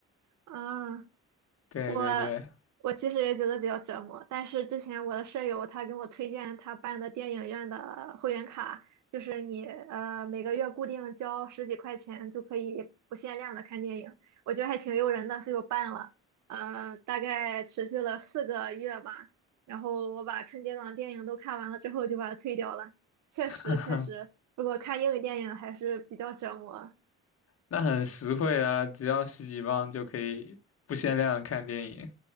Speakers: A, on the right; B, on the left.
A: 啊，
B: 对对对，
A: 我我其实也觉得比较折磨，但是之前我的舍友他给我推荐他办的电影院的会员卡，就是你呃每个月固定交十几块钱就可以不限量的看电影，我觉得还挺诱人的，所以我办了，呃，大概持续了四个月吧，然后我把春节档的电影都看完了之后就把它退掉了，确实确实，
B: <laughs>
A: 如果看英语电影还是比较折磨。
B: 那很实惠啊，只要十几磅就可以不限量地看电影。